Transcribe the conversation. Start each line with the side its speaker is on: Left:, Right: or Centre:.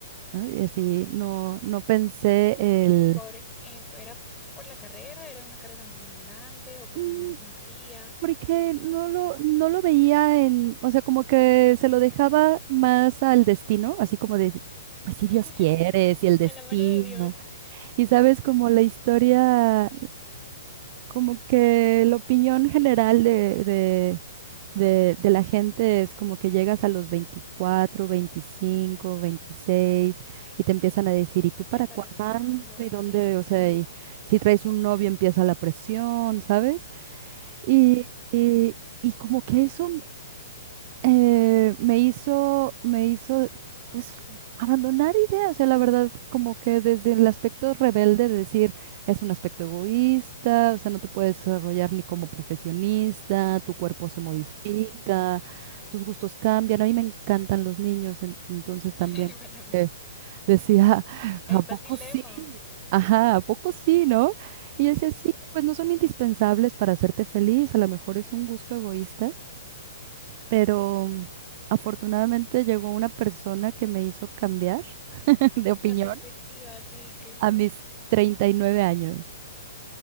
Right: ¿no? Y así no, no pensé el
Left: pero por, eh, fue- ¿era por la carrera? ¿Era una carrera muy demandante o porque
Right: mm,
Left: no, lo- no querías?
Right: porque no lo, no lo veía en, o sea, como que se lo dejaba más al destino, así como de pues si
Left: <laughs>
Right: Dios quiere, si el destino.
Left: A la mano de Dios.
Right: Y sabes,
Left: Sí.
Right: como la historia Como que la opinión general de, de, de, de la gente es como que llegas a los 24 25 26 y te empiezan a decir, ¿y tú para
Left: ¿Ya para
Right: cuándo?
Left: cuándo?
Right: ¿Y dónde?
Left: Sí.
Right: O sea, y si traes un novio empieza la presión, ¿sabes? Y,
Left: Ujú.
Right: y, y como que eso eh, me hizo, me hizo, pues, abandonar ideas. O sea, la verdad, como que desde el aspecto rebelde de decir, es un aspecto egoísta, o sea, no te puedes desarrollar ni como profesionista, tu cuerpo se
Left: Sí,
Right: modifica,
Left: totalmente.
Right: tus gustos cambian. A mí me encantan los niños, en- entonces también
Left: <laughs> Igual
Right: como
Left: a mí.
Right: decía, <laughs>
Left: Ahí
Right: ¿a
Left: está
Right: poco
Left: el dilema.
Right: sí? Ajá, ¿a poco
Left: Sí.
Right: sí, no? Y yo decía,
Left: Ujú.
Right: sí, pues no son indispensables para hacerte feliz, a lo mejor es un gusto egoísta, pero mm, afortunadamente llegó una persona que me hizo cambiar <laughs> de opinión
Left: La perspectiva, sí, qué lindo.
Right: a mis 39 años.